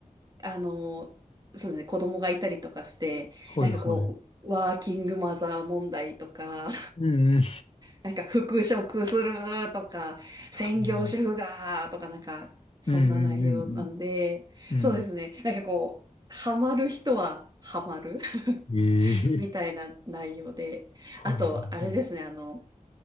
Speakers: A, on the right; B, on the left.
A: あの、そうですね、子供がいたりとかして、
B: はいはい。
A: なんかこう、ワーキングマザー問題とか、
B: うんうん。
A: なんか復職するとか、専業主婦がとかなんか、
B: <laughs>
A: そんな内容なんで、
B: うんうんうんうん。
A: そうですね。
B: うん。
A: なんかこう、ハマる人はハマる
B: ええ
A: <laughs> みたいな内容で。
B: はいはいはい。
A: あと、あれですね、あの、